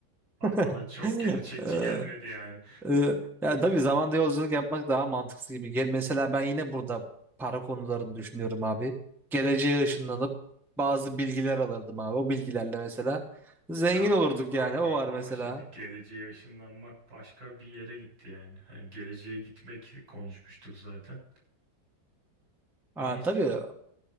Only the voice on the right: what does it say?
Ba-
Bana çok
<laughs> gerçekçi gelmedi yani.
Ya
ba- a-
a-
ama şimdi geleceğe ışınlanmak başka bir yere gitti yani. Hani geleceğe gitmek konuşmuştuk zaten.
Neyse.